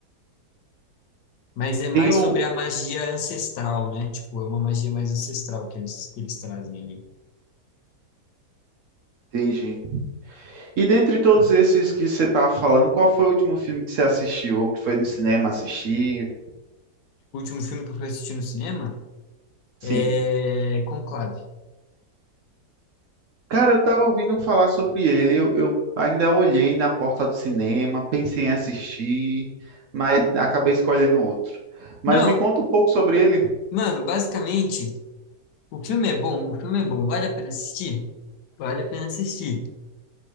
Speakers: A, on the left (about 80°); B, on the right (about 65°).
A: Mas é mais
B: Tem o,
A: sobre a magia ancestral, né? Tipo, é uma magia mais ancestral que eles, que eles trazem ali.
B: entendi, E dentre todos esses que você tava falando, qual foi o último filme que você assistiu? Ou que foi no cinema assistir?
A: O último filme que eu fui assistir no cinema
B: Sim.
A: é Conclave.
B: Cara, eu tava ouvindo falar sobre ele. Eu, eu ainda olhei na porta do cinema, pensei em assistir, mas acabei escolhendo outro. Mas
A: Não,
B: me conta um pouco sobre ele.
A: mano, basicamente, o filme é bom, o filme é bom, vale a pena assistir? Vale a pena assistir.